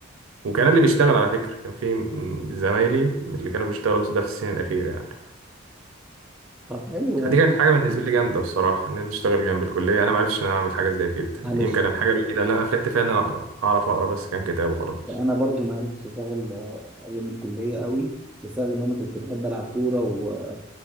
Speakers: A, on the right; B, in the centre.
A: وكان اللي بيشتغل على فكرة كان في م- زمايلي اللي كانوا بيشتغلوا بس ده في السنين الأخيرة يعني
B: طب حلو
A: فدي
B: يعني.
A: كانت حاجة بالنسبة لي جامدة الصراحة إن أنا أشتغل جنب الكلية أنا معرفتش إن أنا أعمل حاجة زي كده
B: معلش
A: يمكن الحاجة الوحيدة اللي أنا فلحت فيها إن أنا أقرأ أعرف أقرأ بس كان كتاب وخلاص
B: انا برضو ما عرفتش اشتغل آه، ايام الكليه قوي بسبب ان انا كنت بحب العب كوره و-